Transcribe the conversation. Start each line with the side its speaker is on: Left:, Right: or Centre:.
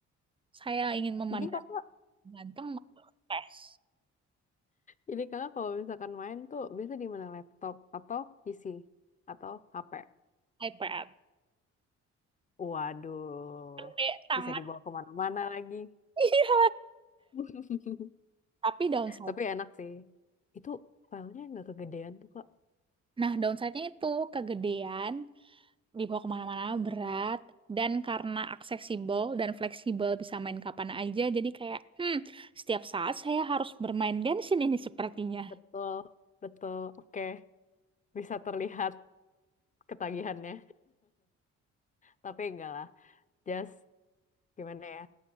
Right: saya ingin memandang
Left: Jadi kakak
Right: ganteng maka tes
Left: Jadi kakak kalau misalkan main tuh biasa di mana laptop atau PC atau HP?
Right: iPad
Left: Waduh,
Right: gede sangat
Left: bisa dibawa kemana-mana lagi.
Right: <laughs> iya
Left: <laughs>
Right: tapi downside
Left: Tapi enak sih. Itu filenya nggak kegedean tuh kak.
Right: nah downside-nya itu kegedean dibawa kemana-mana berat dan karena aksesibel dan fleksibel bisa main kapan aja jadi kayak hmm setiap saat saya harus bermain Genshin ini sepertinya
Left: Betul, betul. Oke, bisa terlihat ketagihannya. Tapi enggak lah. Just gimana ya?